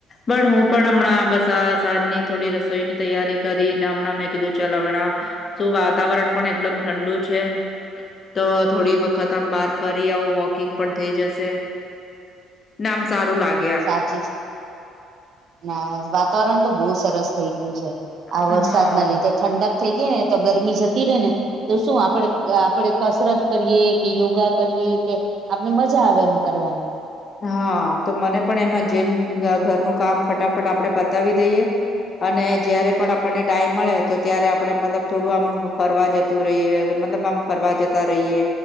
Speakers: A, on the left; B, on the right.
A: પણ હું પણ હમણાં બસ આ સાંજની થોડી રસોઈની તૈયારી કરીને હમણાં મેં કીધું ચલ હમણાં શું વાતાવરણ પણ એકદમ ઠંડુ છે. તો થોડી વખત આમ બહાર ફરી આવું વોકિંગ પણ થઈ જશે. ના આમ સારું લાગ.
B: સાચી ના વાતાવરણ તો બહુ સરસ થઈ ગયું છે. આ
A: હા
B: વરસાદના લીધે ઠંડક થઈ ગઈ ને તો ગરમી જતી રહેે ને તો શું આપણે આપણેે કસરત કરીએ કે યોગા કરીએ કે આપણે મજા આવે એમ કરવાની.
A: હા તો મને પણ એમાં જેમ ઘરનું કામ ફટાફટ આપણેે બતાવી દઈએ. અને જયારે પણ આપણને ટાઈમ મળે તો ત્યારે આપડે મતલબ થોડું આમ ફરવા જ રહીએ મતલબ આમ ફરવા જતા રહીએ.